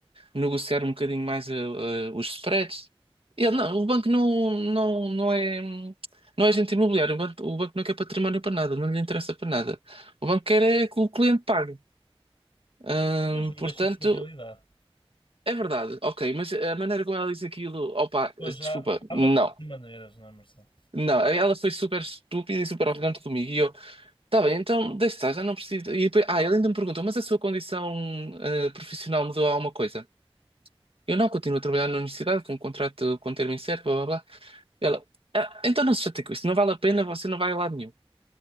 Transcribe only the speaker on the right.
negociar um bocadinho mais eh, eh, os spreads. Ele, não, o banco não, não, não é, hum, não é agente imobiliário, o banco, o banco não quer património para nada, não lhe interessa para nada. O banco quer é que o cliente pague. Hum,
portanto,
é verdade, ok, mas a maneira como ela diz aquilo, opa,
desculpa,
não.
Não, ela foi super estúpida e super arrogante comigo. E eu, tá bem, então deixa estar, já não preciso. E depois, ah, ele ainda me perguntou, mas a sua condição eh, profissional mudou alguma coisa? Eu não continuo a trabalhar na universidade com um contrato com um termo incerto, blá blá blá. Ela, ah, então não se chate com isso, não vale a pena, você não vai a lado nenhum.